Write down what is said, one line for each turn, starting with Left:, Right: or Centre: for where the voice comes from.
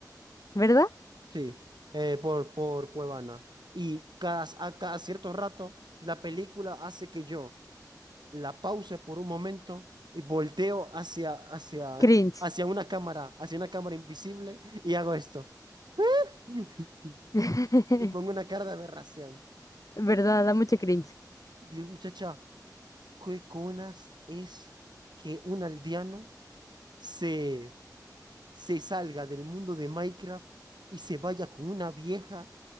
Left: ¿verdad?
Right: Sí, eh, por, por Cuevana. Y cada, a cada cierto rato, la película hace que yo la pausa por un momento y volteo hacia, hacia,
Left: Cringe.
Right: hacia una cámara, hacia una cámara invisible y hago esto. <laughs>
Left: <laughs>
Right: Y pongo una cara de aberración.
Left: ¿Verdad? Da mucho cringe.
Right: Dios, muchacha, ¿qué conas es que un aldeano se, se salga del mundo de Minecraft y se vaya con una vieja